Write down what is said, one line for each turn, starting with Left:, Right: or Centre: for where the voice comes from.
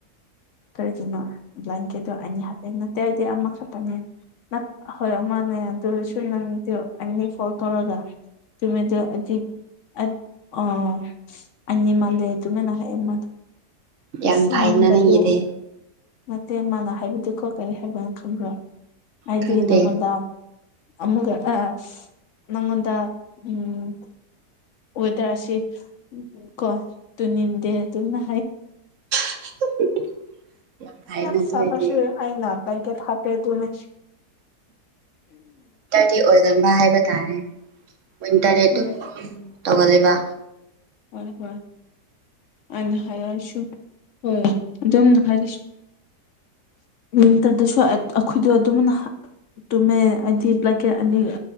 Left: ꯀꯔꯤꯒꯤꯅꯣ ꯕ꯭ꯂꯥꯟꯀꯦꯠꯇꯣ ꯑꯅꯤ ꯍꯥꯞꯄꯦ ꯅꯠꯇꯦ ꯍꯥꯏꯗꯤ ꯑꯃꯛ ꯍꯥꯞꯄꯅꯦ ꯍꯣꯏ ꯑꯃꯅꯦ ꯑꯗꯨꯁꯨ ꯅ ꯑꯅꯤ ꯐꯣꯟ ꯇꯧꯔꯒ ꯇꯃꯤꯗ ꯑꯖꯤ ꯑ ꯑ ꯑ ꯃꯥꯜ ꯍꯥꯏ ꯇꯅꯅꯃ
Right: ꯌꯥꯝ
Left: ꯑꯁ
Right: ꯐꯩꯅ
Left: ꯅꯪꯉꯣꯟꯗꯗꯤꯣ
Right: ꯅꯪꯒꯤꯗꯤ
Left: ꯅꯠꯇꯦ ꯃꯥꯅ ꯍꯥꯏꯕꯗꯨꯀꯣ ꯀꯔꯤ ꯍꯥꯏꯕꯅ ꯈꯪꯕ꯭ꯔꯣ ꯍꯥꯏꯗꯤ
Right: ꯈꯪꯗꯦ
Left: ꯅꯪꯉꯣꯟꯗ ꯑꯃꯀ ꯑ ꯅꯉꯗ ꯎꯝ ꯑꯣꯏꯋꯗ꯭ꯔ ꯑꯁꯤ ꯀꯣ ꯇꯨ ꯅꯅꯤꯃꯤꯗꯦ ꯇꯨꯅ
Right: <unintelligible> <inaudible> ꯐꯩꯅ
Left: ꯌꯥꯝ
Right: ꯑꯗꯨ
Left: ꯁꯥꯕꯁꯦ
Right: ꯑꯣꯏꯗꯤ
Left: ꯑꯩꯅꯥ ꯕꯂꯦꯟꯀꯦꯠ ꯍꯞꯄꯦ ꯑꯗꯨꯅꯤ
Right: ꯗꯤ ꯑꯣꯏ ꯕ ꯍꯥꯏꯕ ꯇꯥꯔꯦ ꯋꯤꯟꯇꯔꯗꯤ ꯑꯗꯨꯝ
Left: ꯍꯣꯏ
Right: ꯇꯧꯒꯜꯂꯦꯕ
Left: ꯍꯣꯏ ꯍꯣꯏ <inaudible> ꯑꯅ ꯍꯁꯨ ꯍ ꯑꯗꯨꯝꯅ ꯍꯔꯁꯨ ꯋꯤꯟꯇꯔꯗꯁꯨ ꯑꯩꯈꯣꯏꯗꯣ ꯑꯗꯨꯝ ꯇꯨꯝꯃꯦ ꯍꯥꯏꯗꯤꯞꯂꯒꯦ ꯑꯅꯤ